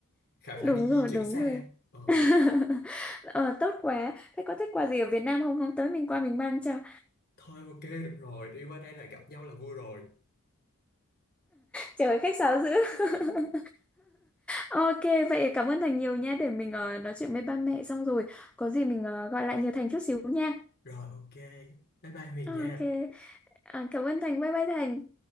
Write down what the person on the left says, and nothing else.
khỏi phải
đi di
chuyển
xa
ờ,
thôi ok được rồi, đi qua đây là gặp nhau là vui rồi
<laughs>
rồi ok, bye bye Huyền
nha